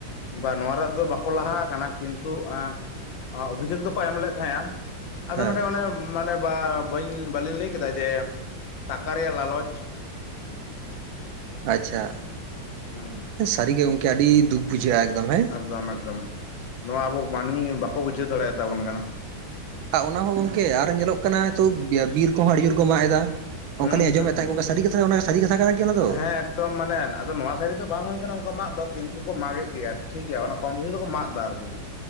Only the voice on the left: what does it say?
ᱵᱟ ᱱᱚᱣᱟ ᱨᱮᱭᱟᱜ ᱫᱚ ᱵᱟᱠᱚ ᱞᱟᱦᱟ ᱟᱠᱟᱱᱟ ᱠᱤᱱᱛᱩ ᱮᱸ <inaudible> ᱚᱵᱷᱤᱡᱳᱜ ᱫᱚ ᱠᱚ ᱮᱢ ᱞᱮᱫ ᱛᱟᱦᱮᱸᱫᱼᱟ᱾ ᱟᱫᱚ
ᱢᱤᱫᱴᱮᱱ ᱚᱱᱮ ᱢᱟᱱᱮ ᱵᱟ ᱵᱟᱹᱧ ᱵᱟᱹᱞᱤᱧ ᱞᱟᱹᱭ ᱠᱮᱫᱟ ᱡᱮ ᱴᱟᱠᱟ ᱨᱮᱭᱟᱜ ᱞᱟᱞᱚᱪᱼᱼ
ᱦᱮᱸ ᱦᱮᱸ
ᱮᱠᱫᱚᱢ ᱮᱠᱫᱚᱢ ᱱᱚᱣᱟ ᱟᱵᱚ ᱢᱟᱹᱱᱢᱤ ᱵᱟᱠᱚ ᱵᱩᱡᱷᱟᱹᱣ ᱫᱟᱲᱮᱭᱟᱛᱟ ᱵᱚᱱ ᱠᱟᱱᱟ᱾
ᱦᱩᱸ
ᱦᱩᱸ
ᱦᱩᱸ
ᱦᱮᱸ ᱮᱠᱫᱚᱢ ᱢᱟᱱᱮ ᱟᱫᱚ ᱱᱚᱣᱟ ᱫᱷᱟᱨᱮ ᱫᱚ ᱵᱟᱝ ᱦᱩᱭ ᱟᱠᱟᱱᱟ ᱚᱱᱠᱟ ᱢᱟᱜ ᱫᱚ ᱠᱤᱱᱛᱩ ᱠᱚ ᱢᱟᱜ ᱮ ᱜᱮᱭᱟ ᱴᱷᱤᱠ ᱜᱮᱭᱟ ᱚᱱᱟ ᱠᱚᱢ ᱵᱮᱥᱤ ᱫᱚ ᱠᱚ ᱢᱟᱜ ᱮᱫᱟ ᱟᱨᱠᱤ᱾